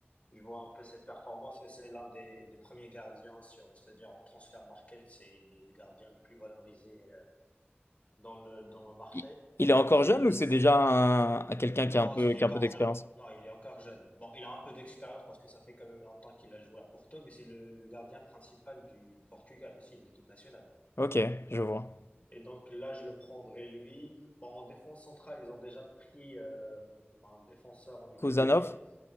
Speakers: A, on the left; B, on the left.
A: je vois un peu cette performance. Et c'est l'un des, des premiers gardiens sur, c'est-à-dire en transfer market, c'est il est le gardien le plus valorisé euh, dans le, dans le marché.
B: Il, il est encore
A: Et
B: jeune
A: c-
B: ou c'est déjà un, un quelqu'un
A: non,
B: qui a un peu,
A: il
B: qui
A: est
B: a
A: encore
B: un peu d'expérience?
A: jeune. Non, il est encore jeune. Bon, il a un peu d'expérience parce que ça fait quand même longtemps qu'il a joué à Porto, mais c'est le, le gardien principal du Portugal aussi, de l'équipe nationale.
B: Ok, je vois.
A: Et donc là, je le prendrai lui. Bon, en défense centrale, ils ont déjà pris euh, un défenseur en milieu
B: Kuzanov?
A: d'année.